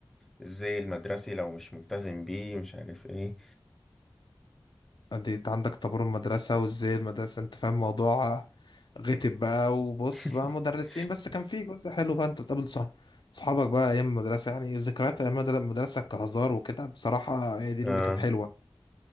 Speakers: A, in the centre; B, on the left.
A: الزي المدرسي لو مش ملتزم بيه مش عارف ايه
B: دي انت عندك طابور المدرسة وازاي المدرسة انت فاهم موضوع غتب بقى وبص
A: <laughs>
B: بقى مدرسين بس كان في جزء حلو بقى انت بتقابل صح صحابك بقى ايام المدرسة يعني ذكريات ايام المدر- المدرسة كهزار وكده بصراحة هي دي
A: اه
B: اللي كانت حلوة